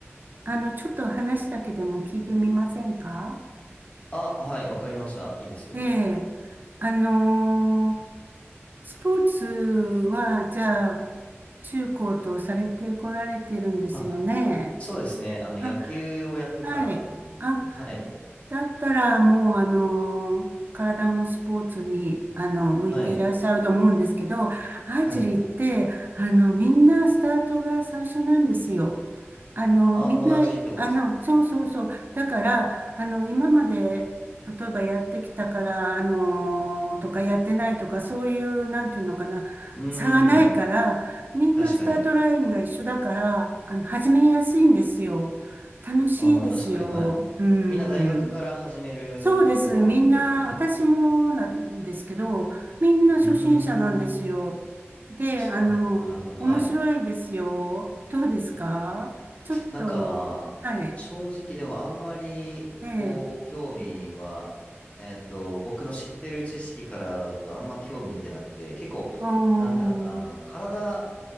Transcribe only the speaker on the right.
あの、ちょっと話だけでも聞いてみませんか
ええ。あのースポーツは、じゃあ、中高とされてこられてるんですよね。
あ
はい。あ、
だったら、もう、あの、体もスポーツに、あの、向いていらっしゃると思うんですけど、
アーチェリーって、
あの、みんなスタートが最初なんですよ。あの、
みんな、
あの、そうそうそう。だから、あの、今まで、例えばやってきたから、あの、とかやってないとか、そういう、なんていうのかな、
差がないから、みんなスタートラインが一緒だから、
あの、始めやすいんですよ。楽しいですよ。
うん。
そうです。みんな、私もなんですけど、みんな初心者なんですよ。
で、あの、
面白いですよ。
どうですかちょっと、
はい。
ええ、
あー、